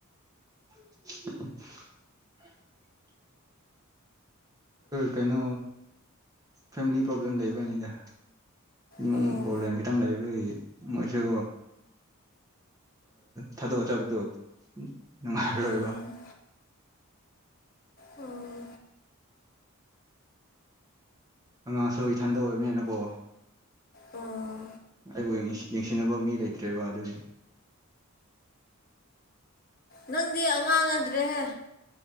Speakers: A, on the right; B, on the left.
A: <unintelligible> ꯀꯩꯅꯣ ꯐꯦꯃꯤꯂꯤ ꯄ꯭ꯔꯣꯕ꯭ꯂꯦꯝ ꯂꯩꯕꯩꯅꯤꯗ ꯏꯃꯨꯡ
B: ꯑꯣ
A: ꯄ꯭ꯔꯣꯕ꯭ꯂꯦꯝ ꯈꯤꯇꯪ ꯂꯩꯕ ꯃꯣꯏꯁꯨ ꯊꯥꯗꯣꯛꯑꯆꯕꯗꯨꯣ ꯅꯨꯡꯉꯥꯏꯔꯔꯣꯏꯕ
B: ꯎꯝ
A: <unintelligible>
B: ꯎꯝ
A: ꯑꯉꯥꯡꯁꯨ ꯏꯊꯟꯗ ꯑꯣꯏꯕꯅꯤꯅꯀꯣ
B: ꯑꯥ
A: ꯑꯩꯕꯨ ꯌꯦꯡꯁꯤꯟꯅꯕ ꯃꯤ ꯂꯩꯇ꯭ꯔꯦꯕ ꯑꯗꯨꯒꯤ
B: ꯅꯪꯗꯤ ꯑꯉꯥꯡꯅꯗ꯭ꯔꯦꯍꯦ